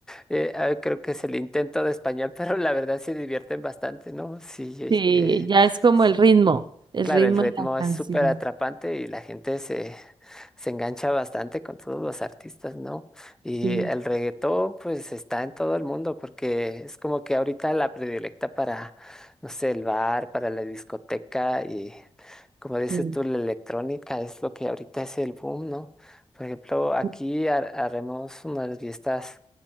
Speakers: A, in the centre; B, on the right.
A: eh, ah, creo que es el intento de español, pero la verdad se divierten bastante, ¿no? Sí, eh,
B: sí,
A: eh,
B: ya es como
A: Sí,
B: el ritmo, el
A: Claro,
B: ritmo
A: el ritmo
B: de la canción.
A: es súper atrapante y la gente se, se engancha bastante con todos los artistas, ¿no? Y
B: Sí,
A: el reggaetón, pues está en todo el mundo porque es como que ahorita la predilecta para, no sé, el bar, para la discoteca y, como dices
B: sí.
A: tú, la electrónica es lo que ahorita es el boom, ¿no? Por ejemplo, aquí
B: sí.
A: har- haremos unas fiestas